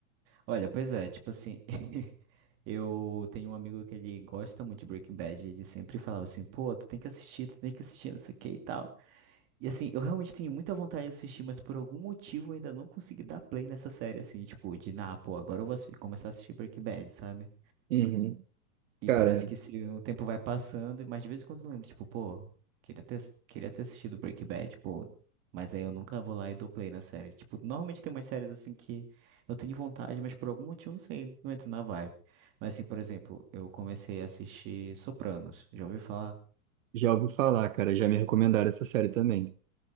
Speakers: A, on the right; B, on the right.
A: Olha, pois é, tipo assim, <laughs> eu tenho um amigo que ele gosta muito de Breaking Bad, e ele sempre falava assim, pô, tu tem que assistir, tu tem que assistir, não sei o que e tal. E assim, eu realmente tenho muita vontade de assistir, mas por algum motivo eu ainda não consegui dar play nessa série, assim, tipo, de, ah, pô, agora eu vou assi- começar a assistir Breaking Bad, sabe?
B: Uhum.
A: E
B: Cara,
A: parece que se o tempo vai passando, mas de vez em quando eu lembro, tipo, pô, queria ter, queria ter assistido Breaking Bad, pô, mas aí eu nunca vou lá e dou play na série. Tipo, normalmente tem umas séries assim que eu tenho vontade, mas por algum motivo, não sei, não entro na vibe. Mas assim, por exemplo, eu comecei a assistir Sopranos, já ouviu falar?
B: Já ouvi falar, cara. Já me recomendaram essa série também.